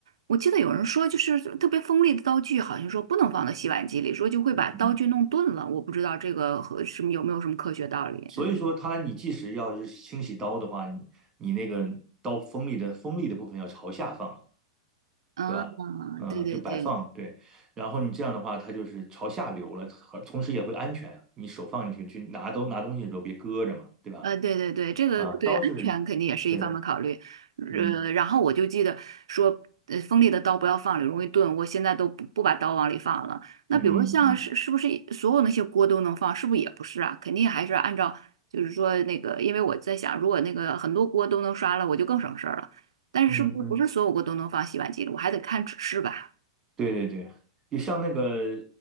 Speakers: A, on the right; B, on the right.
A: 我记得有人说，就是特别锋利的刀具，好像说不能放到洗碗机里，说就会把刀具弄钝了。
B: 嗯
A: 我不知道这个和什么有没有什么科学道理。
B: 所以说它你即使要是清洗刀的话，你你那个刀锋利的锋利的部分要朝下放了，
A: 嗯，
B: 对吧？嗯，
A: 对对对。
B: 就摆放，对。然后你这样的话，它就是朝下流了，同时也会安全啊。你手放进去去拿东拿东西的时候别搁着嘛，对吧？
A: 呃，对对对，这个对安全肯定也是一方面考虑。
B: 啊，刀是，对，
A: 呃，
B: 嗯
A: 然后我就记得说，呃，锋利的刀不要放里，容易钝。我现在都不不把刀往里放了。那比如像是是不是所有那些锅都能放？
B: 嗯嗯
A: 是不是也不是啊？肯定还是按照就是说那个，因为我在想，如果那个很多锅都能刷了，我就更省事儿了。但是是不是不是所有锅都能放洗碗机里？
B: 嗯。嗯
A: 我还得看指示吧。
B: 对对对，就像那个